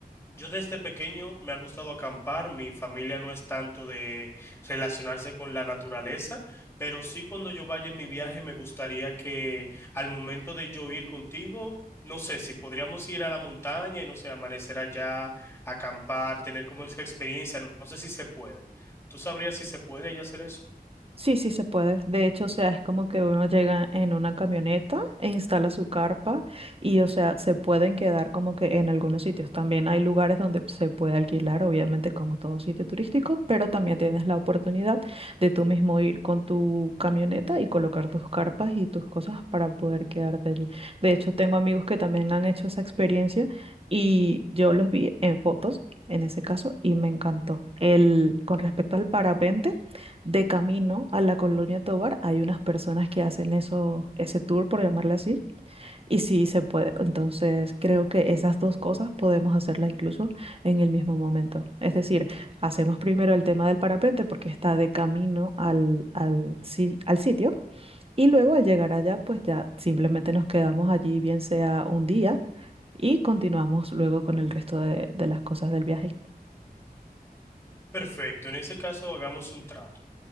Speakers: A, on the left; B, on the right.
A: yo desde pequeño me ha gustado acampar, mi familia no es tanto de relacionarse con la naturaleza, pero sí cuando yo vaya en mi viaje me gustaría que al momento de yo ir contigo, no sé, si podríamos ir a la montaña y no sé, amanecer allá, acampar, tener como esa experiencia, no no sé si se puede. ¿Tú sabrías si se puede ya hacer eso?
B: Sí, sí se puede. De hecho, o sea, es como que uno llega en una camioneta e instala su carpa y, o sea, se pueden quedar como que en algunos sitios. También hay lugares donde se puede alquilar, obviamente, como todo sitio turístico, pero también tienes la oportunidad de tú mismo ir con tu camioneta y colocar tus carpas y tus cosas para poder quedarte allí. De hecho, tengo amigos que también han hecho esa experiencia y yo los vi en fotos. En ese caso, y me encantó. El, con respecto al parapente, de camino a la Colonia Tovar hay unas personas que hacen eso, ese tour, por llamarle así, y sí se puede. Entonces, creo que esas dos cosas podemos hacerlas incluso en el mismo momento. Es decir, hacemos primero el tema del parapente porque está de camino al, al, si- al sitio y luego al llegar allá, pues ya simplemente nos quedamos allí, bien sea un día, y continuamos luego con el resto de de las cosas del viaje.
A: Perfecto, en ese caso hagamos un trato.